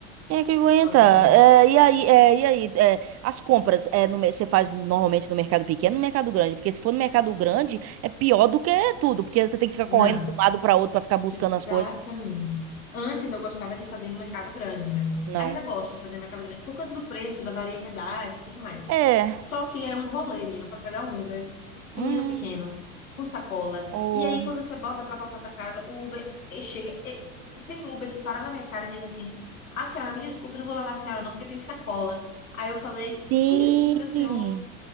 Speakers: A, on the right; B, on the left.
A: Quem é que aguenta?
B: Nossa.
A: É, e aí, é, e aí, é, as compras é, no, mer- você faz normalmente no mercado pequeno, ou no mercado grande, porque se for no mercado grande é pior do que tudo, porque você tem que ficar
B: Não,
A: correndo de um lado para outro para ficar buscando
B: exatamente.
A: as coisas.
B: Antes eu gostava de fazer em mercado grande, né?
A: Não.
B: Ainda gosto de fazer em mercado grande por conta do preço, da variedade e tudo mais.
A: É.
B: Só que é um rolê, menina, para pegar um Uber com
A: Hum.
B: um menino pequeno, com sacola.
A: Oh.
B: E aí quando você bota para voltar para casa, o Uber eh, chega. eh, Tem Uber que para na minha cara e diz assim: A senhora, me desculpe, não vou levar a senhora não, porque tem sacola. Aí eu falei:
A: Sim.
B: Me desculpe, meu senhor.